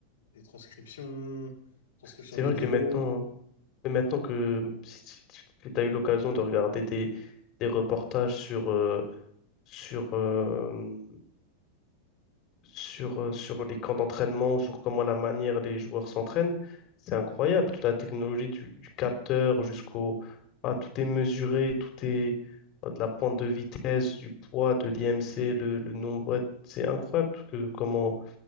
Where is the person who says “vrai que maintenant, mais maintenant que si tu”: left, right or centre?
Left